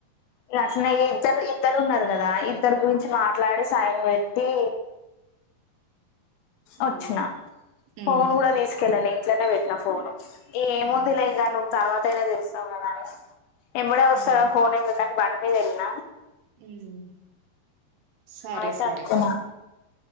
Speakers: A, on the left; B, on the right.
A: ఇగ అట్నే ఇద్దరు ఇద్దరూ ఉన్నారు గదా ఇద్దరు గు చి మాట్లాడి సైన్ పెట్టి వచ్చిన
B: అదే అదే ఉమ్
A: ఫోన్ కూడా తీసుకెళ్ళలే ఇంట్లనే బెట్టిన ఫోన్ ను ఏముందిలే
B: ఉమ్
A: ఇగ నువ్వు తర్వాత్ తారా తీస్తాం అని అన్స్ ఇప్పుడె వస్తావా
B: ఉమ్
A: ఫోన్ ఎందుకు అని బండి మీద వెళ్లిన
B: మ్మ్ సరే
A: అనేసి
B: సరే
A: అనుకున్నా